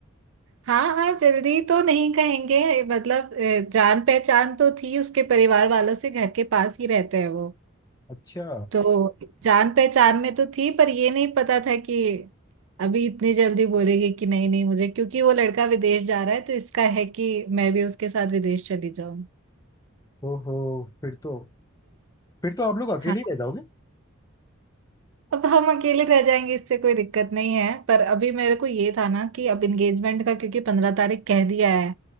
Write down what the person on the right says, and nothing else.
हाँ हाँ जल्दी तो नहीं कहेंगे मतलब अ, जान पहचान तो थी उसके परिवार वालों से घर के पास ही रहते हैं वो
तो जान पहचान में तो थी पर ये नहीं पता था कि अभी इतनी जल्दी बोलेगी कि नहीं नहीं मुझे क्योंकि वो लड़का विदेश जा रहा है तो इसका है कि मैं भी उसके साथ विदेश चली जाऊं
हाँ
अब हम अकेले रह जाएंगे इससे कोई दिक्कत नहीं है पर अभी मेरे को ये था ना कि अब एंगेजमेंट का क्योंकि पंद्रह तारीख कह दिया है